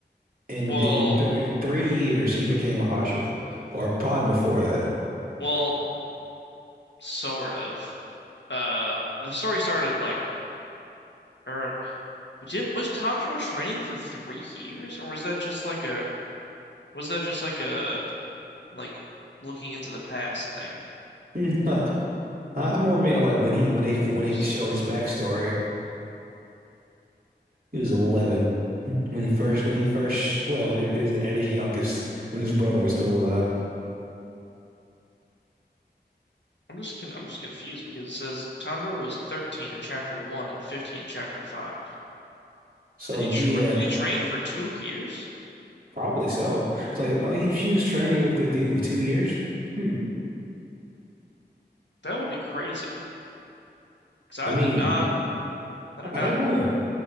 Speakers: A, on the right; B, on the left.
A: And
B: Well,
A: in th in three years he became a Hashira, or probably before that. <laughs>
B: well, sort of. Uh, the story started like, or Which it was Tanjiro training for three years, or was that just like a was that just like a like looking into the past thing?
A: Mm, uh, I I more meant like when he when they
B: When
A: when
B: was
A: they showed
B: Ta
A: his backstory He was 11 when he first, when he first, well, when it is at his youngest, when his brother was still alive.
B: I'm just con I'm just confused because it says Tanjiro was 13 in chapter 1 and 15 in chapter 5.
A: So
B: Did he
A: yeah,
B: tra did he train for two years?
A: probably so. It's like oh, he, she was training with the dude for two years. Hmm.
B: That would be crazy. Because I
A: I mean,
B: did not I did not
A: I didn't know that.